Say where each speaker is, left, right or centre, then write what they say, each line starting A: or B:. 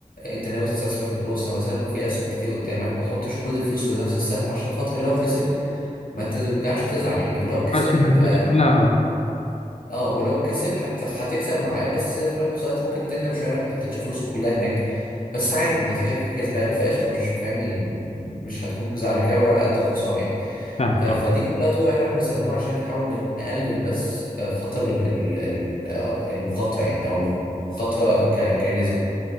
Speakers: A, on the left; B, on the left.
A: انت ناوي تستثمر في البورصه مثلا وفي اسهم كتير قدامك ما تحطش كل الفلوس في نفس السهم عشان خاطر لو خسر ما ترجعش تزعل يعني ولو كسب
B: اختارش من
A: أه
B: فلوس كلها اه
A: اه ولو كسب حت... هتكسب معاه بس في نفس الوقت ممكن تندم شويه انك ما حطيتش فلوس كلها هناك بس عادي ما انت كده كده كسبان فقشطه مش فاهم يعني مش هتكون مزعلك قوي على قد الخساره يعني
B: فاهمك
A: آه،
B: طبعا
A: فدي كلها طرق احنا بنستخدمها عشان نحاول نقلل بس آه، خطر ال- ال- ال- آه، المخاطره يعني او المخاطره ك- كنسبه